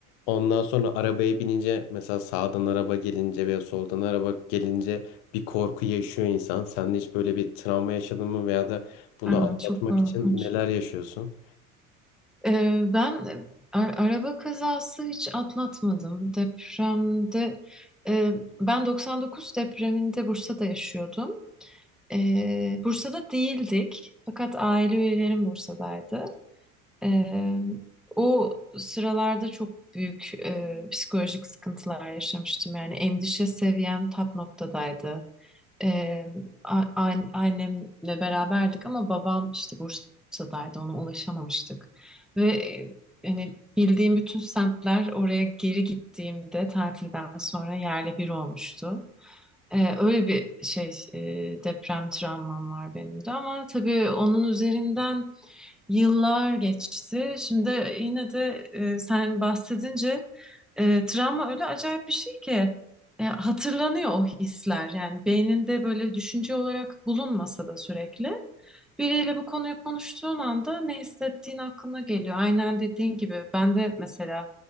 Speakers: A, on the left; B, in the centre.
A: Ondan sonra arabaya binince mesela sağdan araba gelince veya soldan araba gelince bir korku yaşıyor insan. Sen de hiç böyle bir travma yaşadın mı veya da bunu
B: Aa,
A: atlatmak
B: çok korkunç.
A: için neler yaşıyorsun?
B: Ee, ben e, a- araba kazası hiç atlatmadım. Depremde e, ben 99 depreminde Bursa'da yaşıyordum. Ee, Bursa'da değildik fakat aile üyelerim Bursa'daydı. Ee, o sıralarda çok büyük e, psikolojik sıkıntılar yaşamıştım. Yani endişe seviyem tap noktadaydı. Ee, a- an- annemle beraberdik ama babam işte Bursa'daydı ona ulaşamamıştık. Ve e, hani bildiğim bütün semtler oraya geri gittiğimde tatilden sonra yerle bir olmuştu. Ee, öyle bir şey e, deprem travmam var benim de ama tabii onun üzerinden yıllar geçti. Şimdi yine de e, sen bahsedince e, travma öyle acayip bir şey ki e, hatırlanıyor o hisler. Yani beyninde böyle düşünce olarak bulunmasa da sürekli biriyle bu konuyu konuştuğun anda ne hissettiğin aklına geliyor. Aynen dediğin gibi ben de mesela